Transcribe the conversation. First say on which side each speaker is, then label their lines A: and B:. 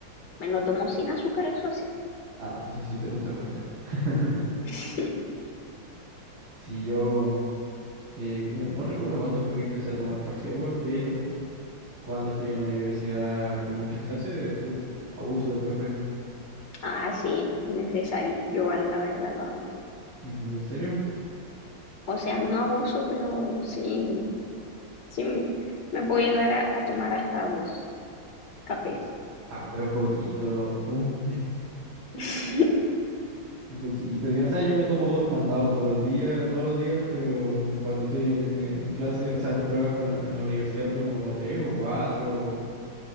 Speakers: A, on the left; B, on the right.
A: me lo tomo sin azúcar, eso sí.
B: Ah, entonces sí te gusta el café. <laughs>
A: <laughs>
B: Sí, yo que no, no recuerdo cuándo fue que empecé a tomar café, weón, pero cuando estoy en la universidad con muchas clases, uff, abuso del café.
A: Ah, sí, es necesario. Yo igual la verdad lo hago.
B: Mm, ¿En serio?
A: O sea, no abuso, pero sí, sí, m- me puedo llegar a, a tomar hasta dos cafés.
B: Uh, Ah, pero poquito, pum.
A: <laughs>
B: Un poquito. Yo, o sea, yo me tomo dos mandados todo el día, todos los días, pero cuando estoy en, en- en clase, o sea, en pruebas con la- en la universidad me tomo como tres o cuatro.